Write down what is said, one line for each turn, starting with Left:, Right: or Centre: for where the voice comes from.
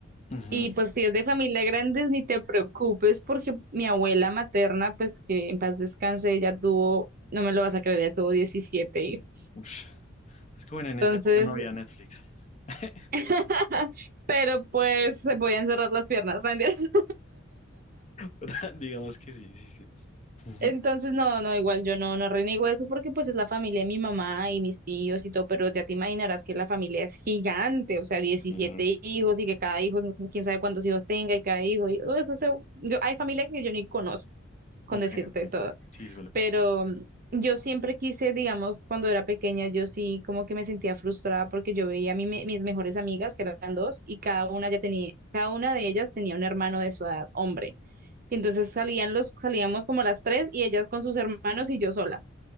Left: ujú,
Right: Y pues si es de familia grandes, ni te preocupes porque mi abuela materna, pues que en paz descanse, ella tuvo, no me lo vas a creer, ella tuvo 17 hijos.
Left: ush. Es que bueno, en esa
Right: Entonces,
Left: época no había Netflix. <laughs>
Right: <laughs> pero pues se podían cerrar las piernas, ¿no? ¿Entiendes?
Left: Pero digamos que sí, sí, sí.
Right: <laughs>
Left: Ujú,
Right: Entonces, no, no, igual yo no, no reniego eso porque pues es la familia de mi mamá y mis tíos y todo, pero ya te imaginarás que la familia es gigante, o sea, diecisiete
Left: sí.
Right: hijos y que cada hijo, no- quién sabe cuántos hijos tenga y cada hijo, y oh, eso se- yo, hay familia que yo ni conozco, con
Left: Ok,
Right: decirte
Left: ok.
Right: todo.
Left: Sí, suele pasar.
Right: pero mm, yo siempre quise, digamos, cuando era pequeña, yo sí como que me sentía frustrada porque yo veía a mi- mis mejores amigas, que eran dos, y cada una ya tenía, cada una de ellas tenía un hermano de su edad, hombre. Y entonces salían los, salíamos como las tres y ellas con sus hermanos y yo sola.